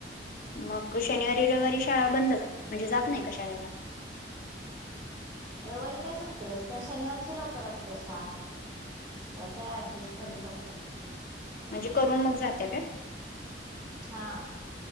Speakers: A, on the left; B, on the right.
A: मग शनिवारी रविवारी शाळा बंद काय म्हणजे जात नाही का शाळेला.
B: रविवारी काय सुट्टी असते शनिवारची लवकर असते शाळा. काय ते अऍडजस्ट
A: हम्म.
B: करत असेल.
A: म्हणजे करून मग जात्या काय
B: हा.